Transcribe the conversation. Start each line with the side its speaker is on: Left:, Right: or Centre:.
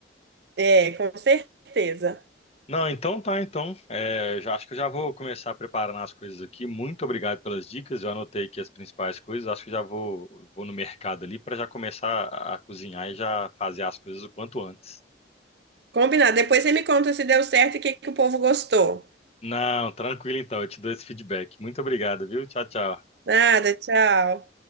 Right: É, com certeza.
Left: Não, então tá, então. É, já acho que eu já vou começar preparando as coisas aqui. Muito obrigado pelas dicas. Eu anotei aqui as principais coisas. Acho que já vou, vou no mercado ali para já começar a cozinhar e já fazer as coisas o quanto antes.
Right: Combinado. Depois você me conta se deu certo e o que que o povo gostou.
Left: Não, tranquilo então, eu te dou esse feedback. Muito obrigado, viu? Tchau, tchau.
Right: Nada, tchau.